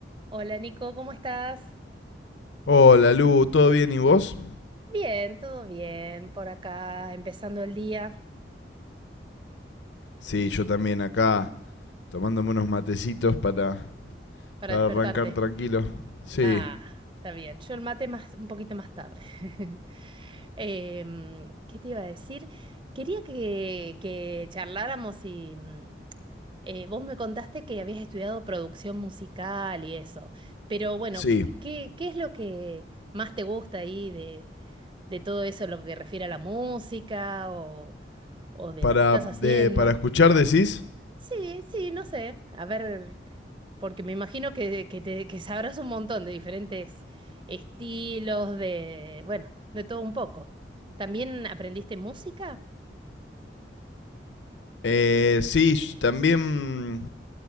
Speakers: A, on the right (about 25°); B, on the left (about 80°).
A: Hola Nico, ¿cómo estás?
B: Hola Lu, ¿todo bien y vos?
A: Bien, todo bien, por acá, empezando el día
B: Sí, yo también acá tomándome unos matecitos para,
A: para
B: para
A: despertarte.
B: arrancar tranquilo. Sí,
A: Ah, está bien. Yo el mate más, un poquito más tarde. <laughs> Em, ¿qué te iba a decir? Quería que, que charláramos y mm, eh, vos me contaste que habías estudiado producción musical y eso. Pero bueno,
B: sí.
A: ¿qué, qué es lo que más te gusta ahí de, de todo eso, lo que refiere a la música o, o de
B: Para,
A: lo que estás
B: de-
A: haciendo?
B: para escuchar decís.
A: Sí, sí, no sé. A ver, porque me imagino que, que te- que sabrás un montón de diferentes estilos, de, bueno, de todo un poco. ¿También aprendiste música?
B: Eh, sí, sh- también